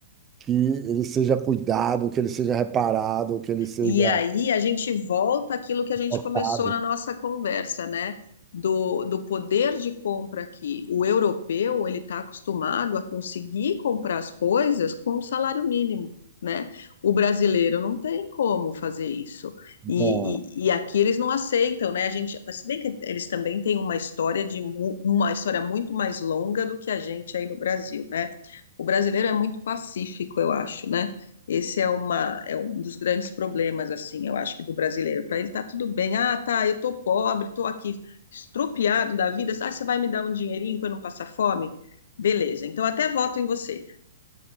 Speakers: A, on the right; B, on the left.
A: que ele seja cuidado, que ele seja reparado, que ele seja
B: E aí a gente volta àquilo que a gente
A: tratado.
B: começou na nossa conversa, né? Do, do poder de compra aqui. O europeu, ele está acostumado a conseguir comprar as coisas com um salário mínimo, né? O brasileiro não tem como fazer isso. E,
A: Não.
B: e, e aqui eles não aceitam, né? A gente, se bem que eles também têm uma história de mu- uma história muito mais longa do que a gente aí no Brasil, né? O brasileiro é muito pacífico, eu acho, né? Esse é, uma, é um dos grandes problemas, assim, eu acho que do brasileiro. Para ele tá tudo bem. Ah, tá, eu tô pobre, tô aqui estrupiado da vida. Ah, você vai me dar um dinheirinho para eu não passar fome? Beleza, então até voto em você.